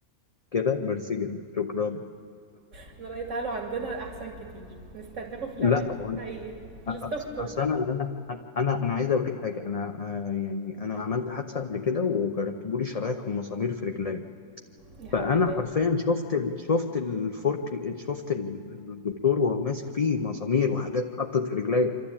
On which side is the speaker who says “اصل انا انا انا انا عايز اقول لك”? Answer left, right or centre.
Left